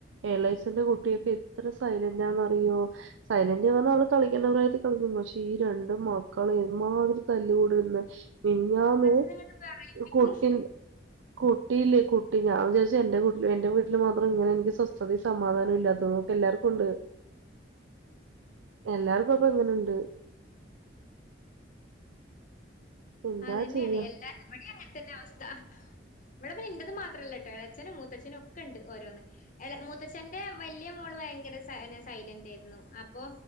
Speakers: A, on the right; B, on the left.
A: എളേച്ചന്റെ കുട്ടിയൊക്കെ എത്ര സൈലന്റാന്ന് അറിയോ സൈലന്റ്ന്ന് പറഞ്ഞാ അവള് കളിക്കേണ്ട പ്രായത്തി കളിക്ക പക്ഷെ ഈ രണ്ട് മക്കൾമാതിരി തല്ല കൂടിന്ന് മിനഞ്ഞാന്ന്
B: മനസ്സിനങ്ങട്ട് വിറയിപ്പിക്കും
A: കൂട്ടിൽ കുട്ടിയില്ലെ കുട്ടി ഞാൻ വിചാരിച്ച എന്റെട്ട എന്റെ വീട്ടിൽ മാത്രം ഇങ്ങനെ എനിക്ക് സ്വസ്ഥതയും സമാധാനവും ഇല്ലാതൊന്നും എല്ലാവർക്കുണ്ട് എല്ലാർക്കും അപ്പ ഇങ്ങനെണ്ട് എന്താ
B: അതന്നെയാണ്
A: ചെയ്യാ
B: എല്ലാ ഇവടി അങ്ങന തന്നെ അവസ്ഥ ഇവിട പിന്നെ ഇണ്ടത് മാത്രമല്ല കേട്ടോ ഇളച്ഛനും മൂത്തച്നും ഒക്കെ ഉണ്ട് ഓരോന്ന് എ മൂത്തച്ഛന്റെ വലിയ മോള് ഭയങ്കര സ സൈലന്റ് ആയിരുന്നു അപ്പൊ